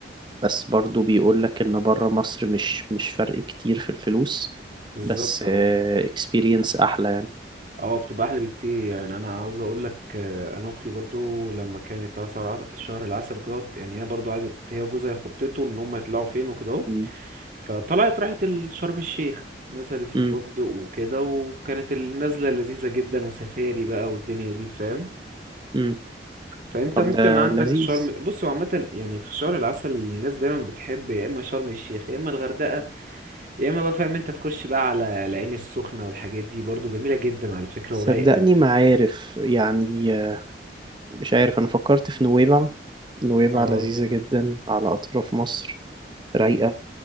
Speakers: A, on the right; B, on the right.
A: بس برضو بيقول لك ان بره مصر مش مش فرق كتير في الفلوس
B: بالظبط
A: بس
B: آه.
A: اكسبيرينس احلى يعني
B: اه بتبقى احلى بكتير يعني انا عاوز اقول لك آه، انا اختي برضو لما كانت أسعر عس- شهر العسل وكده اهوت، يعني هي برضو قعدت هي وجوزها يخططوا ان هم يطلعوا فين وكده اهو
A: مم.
B: فطلعت راحت ال- شرم الشيخ نزلت في
A: مم.
B: فندق وكده وكانت النزلة لذيذة جدا وسفاري بقى والدنيا دي فاهم
A: مم.
B: فانت
A: طب
B: ممكن
A: ده
B: عندك
A: لذيذ
B: شرم بص هو عامة يعني في شهر العسل الناس دايما بتحب يا اما شرم الشيخ يا اما الغردقة يا اما بقى فاهم انت تخش بقى على العين السخنة والحاجات دي برضو جميلة جدا على فكرة
A: صدقني
B: ورايقة
A: ما عارف يعني آه، مش عارف انا فكرت في نويبع نويبع
B: اه
A: لذيذة جدا على اطراف مصر رايقة